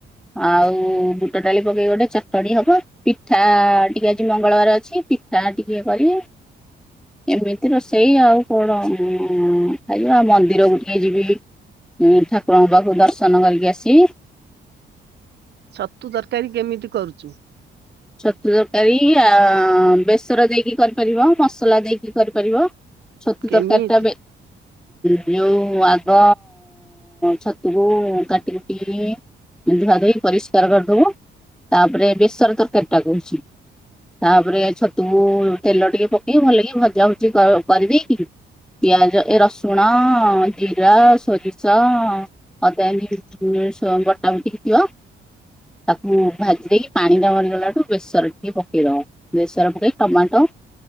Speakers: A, in the centre; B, on the right.
A: ଆଉ ବୁଟ ଡାଲି ପକେଇକି ଗୋଟେ ଚଟଣି ହବ। ପିଠା ଟିକେ ଆଜି ମଙ୍ଗଳବାର ଅଛି। ପି ଠା ଟିକେ କରିବି। ଏମିତି ରୋସେଇ ଆଉ କଣ। ଆଜିବା ମନ୍ଦିରକୁ ଟିକେ ଯିବି। ଠାକୁରଙ୍କ ପାଖରୁ ଦର୍ଶନ କରିକି ଆସିବି।
B: ଛତୁ ତରକାରୀ କେମିତି କରୁଚୁ?
A: ଛତୁ ତରକାରୀ ଆ ବେସର ଦେଇକି କରିପାରିବ, ମସଲା ଦେଇକି କରିପାରିବ। ଛତୁ
B: କେମିତି
A: ତରକାରୀ ଟା ବେ ଯୋଉ ଆଗ ଛତୁକୁ କାଟି କୁଟି ଧୁଆ ଧୁଇ ପରିଷ୍କାର କରିଦବୁ। ତାପରେ ବେସର ତରକାରୀ ଟା କହୁଛି? ତାପରେ ଛତୁକୁ ତେଲ ଟିକେ ପକେଇକି ଭଲ କି ଭଜା ଭୁଜି କରିିଦେଇକି ପିଆଜ ଏ ରସୁଣ, ଜିରା, ସୋରିଷ ହଦ <unintelligible> ବଟା ବୁଟିକି ଯିବ ତାକୁ ଭାଜି ଦେଇକି। ପାଣି ଟା ମରିଗଲା ଠୁ ବେସର ଟିକେ ପକେଇ ଦବ। ବେସର ପକେଇ ଟମାଟୋ